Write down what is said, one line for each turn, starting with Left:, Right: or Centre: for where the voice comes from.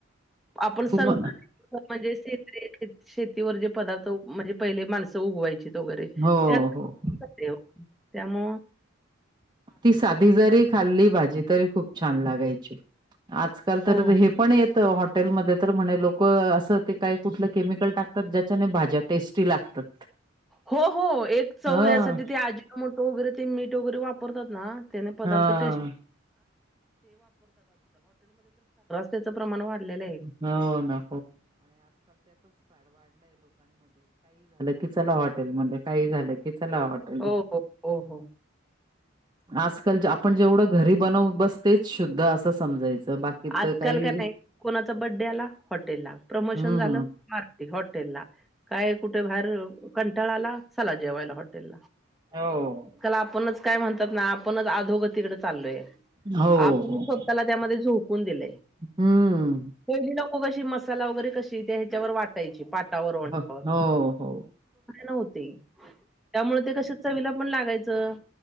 Centre: आपण संकरित
Right: तुम
Centre: म्हणजे श शेतीवर जे पदार्थ म्हणजे पहिले माणसं उगवायची वगैरे त्यात
Right: हो, हो.
Centre: व त्यामूळ
Right: ती साधी जरी खाल्ली भाजी तरी खूप छान लागायची आजकाल तर
Centre: हो.
Right: हे पण येत हॉटेलमध्ये तर म्हणे लोक असं ते काय कुठलं केमिकल टाकतात ज्याच्याने भाज्या टेस्टी लागतात
Centre: हो हो एक चव
Right: हां,
Centre: यासाठी ते अजिनो मोटो वगैरे ते मीठ वगैरे वापरतात ना त्याने पदार्थ
Right: हां.
Centre: टेस्ट त्याचं प्रमाण वाढलेलं आहे
Right: हो ना कि चला हॉटेल मध्ये काही झालं कि, चला हॉट
Centre: हो हो हो हो
Right: आजकाल आपण जेवढं घरी बनव बस तेच शुद्ध असं समजायचं बाकी
Centre: आजकाल
Right: तर काही
Centre: काय टाईम कोणाचा, बर्थडे आला हॉटेल ला प्रमोशन
Right: हम्म.
Centre: झालं हॉटेल ला काय कुठे बाहेर कंटाळाला चला जेवायला हॉटे
Right: हो.
Centre: का आपणच काय म्हणतात ना आपणच अधोगतीकडे चाललोय
Right: हो,
Centre: आपणच
Right: हो.
Centre: स्वतःला त्यामध्ये झोकून दिलेय
Right: हम्म.
Centre: पहिली लोक कशी मसाला वगैरे कशी त्या ह्याच्यावर वाटायची पाटावर वरवंट्यावर
Right: हो, हो. हो.
Centre: न त्यामुळे ते कश च विला पण लागायचं